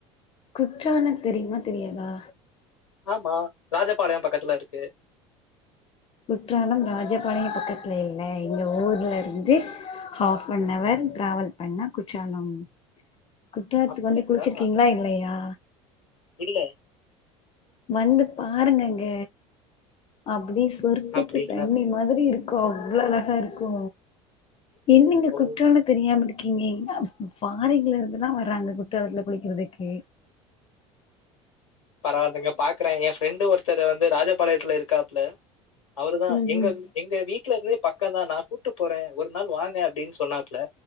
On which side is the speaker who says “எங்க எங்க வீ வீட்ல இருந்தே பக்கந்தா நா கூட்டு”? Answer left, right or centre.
Left